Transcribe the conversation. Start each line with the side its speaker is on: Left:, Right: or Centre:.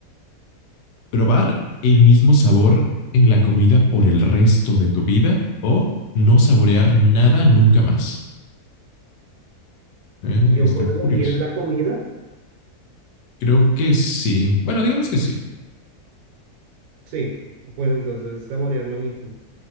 Left: probar el mismo sabor en la comida por el resto de tu vida o no saborear nada nunca más. Eh,
Right: ¿Yo
Left: está
Right: puedo
Left: curioso.
Right: elegir la comida?
Left: Creo que sí. Bueno, digamos que sí.
Right: Sí, pues entonces saborear lo mismo.